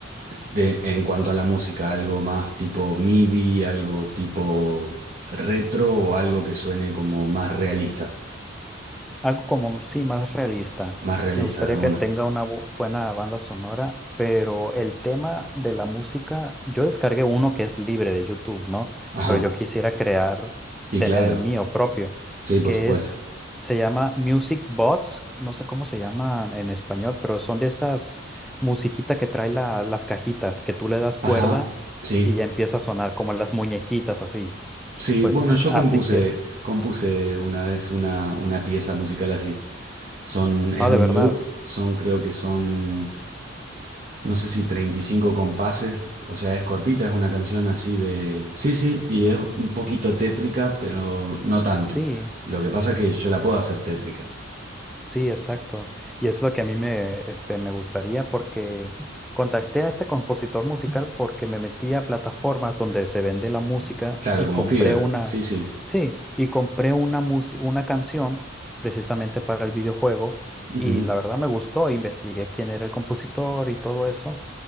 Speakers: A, on the right (about 35°); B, in the centre.
A: De, en cuanto a la música, algo más tipo MIDI, algo tipo retro o algo que suene como más realista,
B: Algo como, sí, más realista.
A: más realista
B: Me gustaría
A: de una.
B: que tenga una bu- buena banda sonora, pero el tema de la música, yo descargué uno que es libre de YouTube, ¿no?
A: Ajá,
B: Pero yo quisiera crear,
A: y
B: tener
A: claro,
B: el mío propio,
A: sí, por
B: que
A: supuesto.
B: es, se llama Music Bots, no sé cómo se llaman en español, pero son de esas musiquita que trae la- las cajitas, que tú le das cuerda
A: Ajá, sí,
B: y ya empieza a sonar como las muñequitas así.
A: sí,
B: Pues
A: bueno,
B: as-
A: yo
B: así
A: compuse,
B: quiero.
A: compuse una vez una, una pieza musical así. Son, es
B: Ah,
A: un
B: de verdad.
A: loop, son creo que son no sé si 35 compases, o sea, es cortita, es una canción así de... Sí, sí, y es un poquito tétrica, pero no tanto.
B: Sí.
A: Lo que pasa es que yo la puedo hacer tétrica.
B: Sí, exacto. Y es lo que a mí me, este, me gustaría porque contacté a este compositor musical porque me metí a plataformas donde se vende la música
A: Claro,
B: y
A: como
B: compré
A: Fever,
B: una,
A: sí, sí.
B: sí, y compré una música, una canción precisamente para el videojuego
A: Ujú.
B: y la verdad me gustó, investigué quién era el compositor y todo eso,